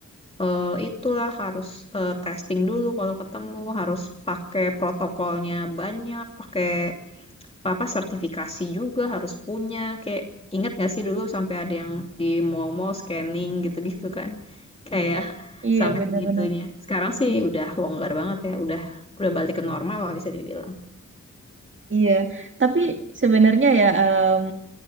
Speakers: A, on the left; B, on the right.
A: eh, itulah, harus eh, testing dulu kalau ketemu, harus pakai protokolnya banyak, pakai apa sertifikasi juga harus punya kayak ingat gak sih dulu sampai ada yang di mall-mall scanning gitu-gitu kan kayak <laughs>
B: Iya
A: sampai
B: benar-benar.
A: segitunya sekarang sih udah longgar banget ya udah udah balik ke normal lah bisa dibilang
B: Iya, tapi sebenarnya ya em,